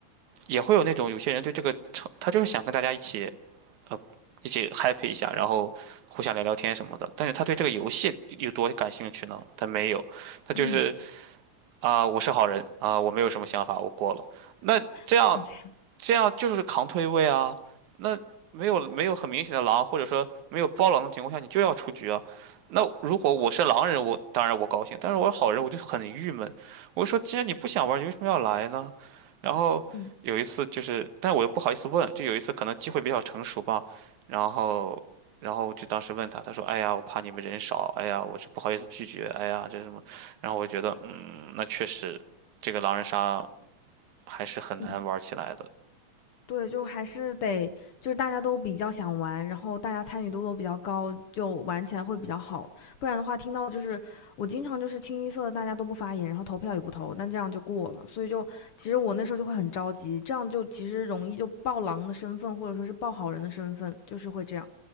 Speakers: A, on the right; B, on the left.
A: 也会有那种有些人对这个成，他就是想跟大家一起呃一起 happy 一下，然后互相聊聊天什么的。但是他对这个游戏有多感兴趣呢？他没有，他就是
B: 嗯，
A: 啊、我是好人啊、我没有什么想法，我过了。那这样
B: 是这样，
A: 这样就是扛推位啊。那没有没有很明显的狼，或者说没有包狼的情况下，你就要出局啊。那如果我是狼人，我当然我高兴，但是我是好人，我就很郁闷。我就说，既然你不想玩，你为什么要来呢？然后有一次就是，
B: 嗯
A: 但我又不好意思问，就有一次可能机会比较成熟吧，然后。然后就当时问他，他说：“哎呀，我怕你们人少，哎呀，我这不好意思拒绝，哎呀，这什么？”然后我觉得，嗯，那确实，这个狼人杀还是很难玩起来的。
B: 嗯。对，就还是得，就是大家都比较想玩，然后大家参与度都比较高，就玩起来会比较好。不然的话，听到就是我经常就是清一色的大家都不发言，然后投票也不投，那这样就过了。所以就其实我那时候就会很着急，这样就其实容易就爆狼的身份，或者说是爆好人的身份，就是会这样。